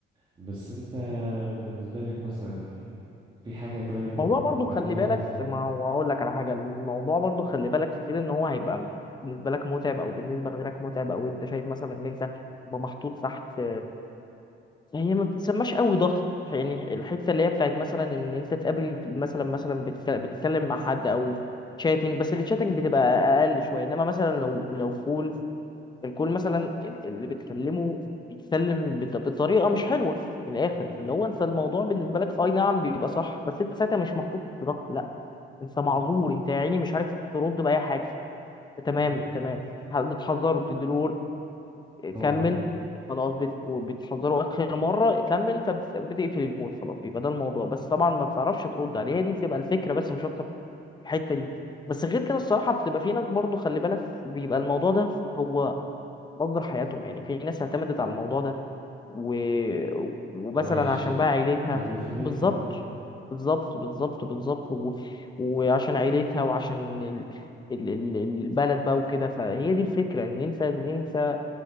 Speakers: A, on the right; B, on the left.
A: بس أنت بالنسبة لك مثلا في حاجة طيب
B: الموضوع
A: بتفكر
B: برضه خلي
A: لها
B: بالك
A: كده
B: ما هو هقول لك على حاجه الموضوع برضه خلي بالك غير ان هو هيبقى بالنسبه لك متعب او بالنسبه لغيرك متعب او انت شايف مثلا ان انت تبقى محطوط تحت يعني هي ما بتسماش قوي ضغط يعني الحته اللي هي بتاعت مثلا ان انت تقابل مثلا مثلا بتك- بتتكلم مع حد او شاتنج بس الشاتنج بتبقى اقل شويه انما مثلا لو لو كول الكول مثلا ال- اللي بتكلمه بيتكلم بط- بطريقه مش حلوه من الاخر
A: مم.
B: اللي هو انت الموضوع بالنسبه لك اي نعم بيبقى صح بس انت ساعتها مش محطوط في ضغط لا انت معذور
A: مم.
B: انت يا عيني مش عارف ترد باي حاجه تمام
A: مم.
B: تمام ه- بتحذره بتديله
A: اه
B: كمل خلاص بت... وبتحذره اخر مره كمل فبتقفل الكول خلاص يبقى ده الموضوع بس طبعا ما بتعرفش ترد عليه هي دي بتبقى الفكره بس مش اكتر في الحته دي بس غير كده الصراحه بتبقى في ناس برضو خلي بالك بيبقى الموضوع ده هو مصدر حياتهم يعني في ناس اعتمدت على الموضوع ده و... ومثلا
A: وعايشين
B: عشان بقى عيلتها
A: مخلفين
B: بالظبط
A: وكده
B: بالظبط بالظبط بالظبط و... وعشان عيلتها وعشان ال... ال... ال- البلد بقى وكده فهي دي الفكره ان انت ان انت